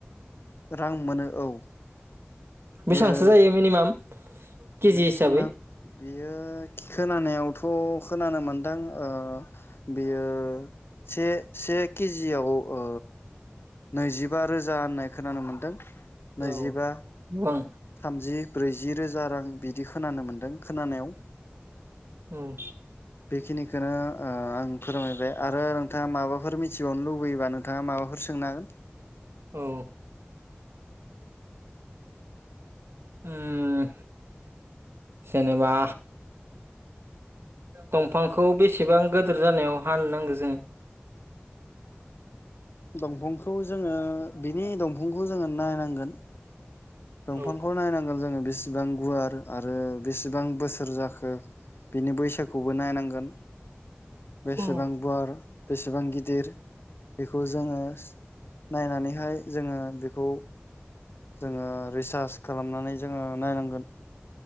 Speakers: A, on the left; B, on the right.
A: रां मोनो औ। बेयो
B: बेसेबांसो जायो मिनिमाम? <inaudible>
A: मेक्सिमाम
B: हिसाबै
A: बियो खोनानायावथ' खोनानो मोनदों ओ बियो से से केजियाव ओ नैजिबा रोजा होननाय खोनानो मोनदों। नैजिबा
B: औ गोबां
A: थामजि ब्रैजि रोजा रां बिदि खोनानो मोन्दों खोनानायाव।
B: औ
A: बेखिनिखौनो ओ आं फोरमायबाय। आरो नोंथाङा माबाफोर मिथिबावनो लुब लुबैबा नोंथाङा माबाफोर सोंनो हागोन।
B: औ ओं जेनेबा दंफांखौ बेसेबां गोदोर जानायाव हानो नांगौ जों?
A: दंफां बेखौ जोङो बिनि दंफांखौ जोङो नायनांगोन। दंफांखौ
B: अ
A: नायनांगोन जोङो बिस बेसेबां गुवार आरो बेसेबां बोसोर जाखो बिनि बैसोखौबो नायनांगोन। बेसेबां
B: औ
A: गुवार। बेसेबां गिदिर बेख खौ जोङो नायनानैहाय जोङो बेखौ जोङो रिसार्च खालामनानै जोङो नायनांगोन।